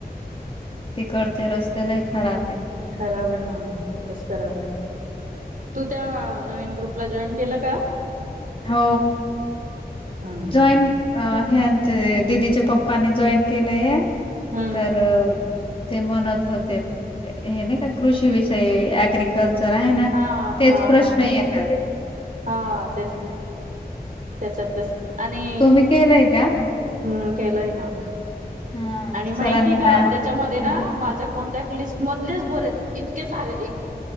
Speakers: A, on the left; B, on the right.
A: तिकडच्या रस्त्यालाही खराब आहे.
B: खराब आहे ना खपस खराब आहे. तू त्या नवीन ग्रुपला जॉईन केलं का?
A: हो
B: हम्म
A: जॉईन अ ह दिदीच्या पप्पानी जॉईन केलंय.
B: हम्म
A: तर ते म्हणत होते हे ना का कृषीविषयी अँग्री कल्चर आहे ना
B: हा
A: तेच
B: हा
A: प्रश्न
B: हा
A: येतात.
B: हा तेच त्याच्यातच आणि
A: तुम्ही केलाय का?
B: हम्म केलय ना.
A: हां.
B: आणि माहिती
A: सरांनी
B: का
A: हां,
B: त्याच्यामध्ये ना
A: हां,
B: माझ्या कोण टकलिस्ट मधलेच बरेल इतके सारे